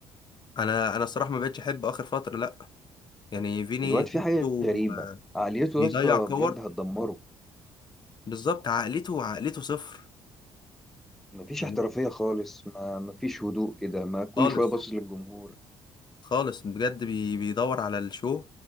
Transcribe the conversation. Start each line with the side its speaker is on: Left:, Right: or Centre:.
Left: انا انا الصراحه ما بقتش احب اخر فتره لا يعني فيني
Centre: الواد
Left: حسه
Centre: فيه حاجة غريبة عقليته
Left: بيضيع
Centre: يا اسطى
Left: كور
Centre: بجد هتدمره
Left: بالظبط عقليته عقليته صفر
Centre: مفيش
Left: يعني
Centre: احترافية خالص ما مفيش هدوء كده ما كل
Left: خالص
Centre: شوية باصص للجمهور
Left: خالص بجد بي بيدور على الشو